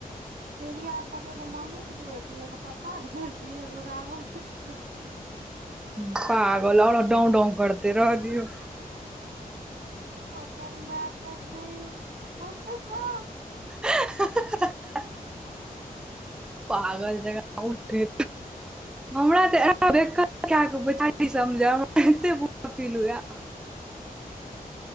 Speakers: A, on the right; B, in the centre.
A: पीरिया क कहबई एगो मम्मी के जोड़ दिही एगो पप्पा के जुड़ती एगो राहुल क जोड़ दिही
B: पागल आओ डोउ डोउ करते रह दियौ
A: ओकर माय कहते होअ पीसा
B: हा हा हा पागल जका उठै हमरा तऽ बे कए कचारी समझ हमरा एते बुरा फील हुए <unintelligible>